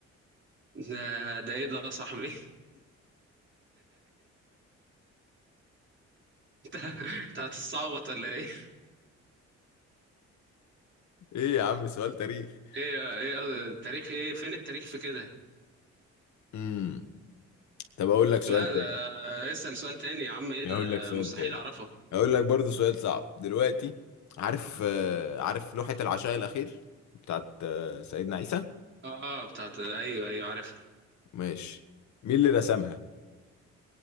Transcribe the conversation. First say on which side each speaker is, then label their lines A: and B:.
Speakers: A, on the right; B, on the left.
A: ده ده ايه ده يا صاحبي <laughs> انت انت هتتصعبط ولا ايه
B: إيه يا عم سؤال تاريخ
A: ايه ايه التاريخ ايه فين التاريخ في كده
B: امم طب أقول لك سؤال
A: لا ده
B: تاني
A: اسأل سؤال تاني يا عم ايه
B: أقول
A: ده, ده
B: لك سؤال
A: مستحيل
B: تاني
A: اعرفه
B: أقول لك برضو سؤال صعب دلوقتي عارف آه، عارف لوحة العشاء الأخير بتاعت آه، سيدنا عيسى
A: اه آه، بتاعت ايوه ايوه عارف
B: ماشي مين اللي رسمها